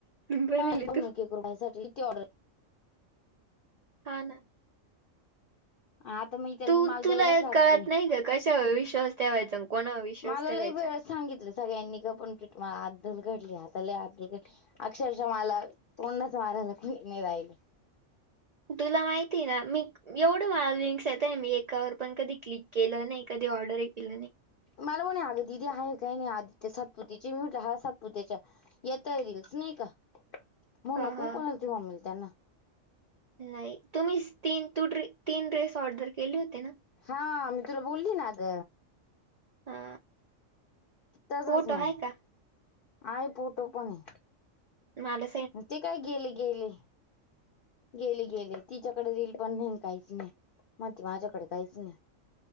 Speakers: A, on the right (about 70°); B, on the left (about 55°).
A: भरेले
B: ह करूण
A: तू
B: एक, एक रूपया साठी किती ऑर्डर
A: हा ना.
B: आता मी त्याला
A: तू
B: माल
A: तुला
B: द्यायलाच
A: एक
B: लागतील
A: कळत नाही का कशावर विश्वास ठेवायचा आणि कोणावर विश्वास
B: मालालाही
A: ठेवायचा
B: वेळस सांगितलं सगळ्यांनी ग पण म आदल घडलीले आता लय आदडली अक्षरशः मला तोंडाच मारायला न राहिलं.
A: तुला माहितीय ना मी एवढं मा लिंक्स येत ना मी एकावर पण कधि क्लिक केलं नाही कधी ऑर्डरही केलं नाही.
B: मला म्हणे अग दिदी आहे काही नाही आदित्य सातपुतीचे मी म्हटलं ह सातपुत्याच्या येताये रीलस नाही का म्हणून
A: हा
B: नको
A: हा
B: कोणाला तुया मम्मी त्यांना
A: नाही तुम्ही तीन तू तीन ड्रेस ऑर्डर केले होते ना?
B: हा मी तुला बोलली ना अग
A: हा.
B: तसच
A: फोटो आहे
B: मग
A: का
B: आय पोटो पण
A: माला
B: ते काय गेले गेले गेली गेले तिच्याकडे जाईल पण नाही काहीच नाही मग त माझ्याकडे काहीच नाही.